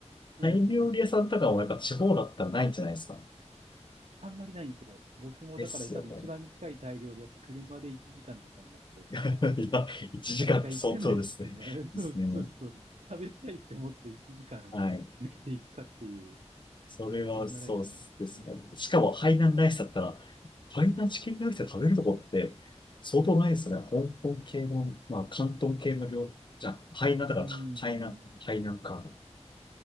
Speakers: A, on the right; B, on the left.
A: <laughs>
B: タイ料理屋さんとかもやっぱ地方だったらないんじゃないですか。
A: あんまりないんですよ。僕もだから多分一番近いタイ料理やって車で1時間とかになっちゃうから、
B: ですよね。<laughs> いや、1時間って相当ですね。
A: なかなか行けないですよね。<laughs> そうそうそう。
B: ですね。
A: 食べたいって思って1時間抜けていくかっていう
B: はい。それはそうですね。
A: 微妙なラインなんですよね。
B: しかも、ハイナンライスだったら、ハイナンチキンライスで食べるとこって相当ないですよね。香港系の、まあ、広東系の料、じゃあ、ハイナンだから、
A: うん。
B: ハイナン、ハイナンか。